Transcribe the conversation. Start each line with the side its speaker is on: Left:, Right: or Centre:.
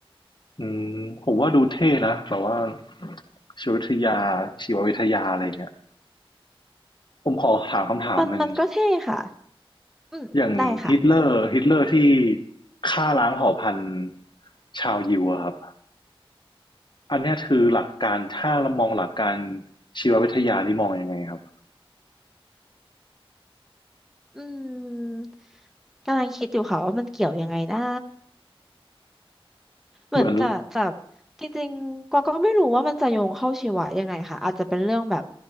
Left: อืมผมว่าดูเท่นะแบบว่าชีววิทยาชีววิทยาอะไรอย่างเงี้ยผมขอถามคำถามหนึ่ง
Centre: มันมันก็เท่ค่ะ อืมได้ค่ะ
Left: อย่างฮิตเลอร์ฮิตเลอร์ที่ฆ่าล้างเผ่าพันธุ์ชาวยิวอะครับอันนี้คือหลักการถ้าเรามองหลักการชีววิทยานี่มองยังไงครับ
Centre: อืมกำลังคิดอยู่ค่ะว่ามันเกี่ยวยังไงนะเหมือนจะจะ
Left: เหมือน
Centre: จริงๆกวางก็ไม่รู้ว่ามันจะโยงเข้าชีวะยังไงค่ะอาจจะเป็นเรื่องแบบ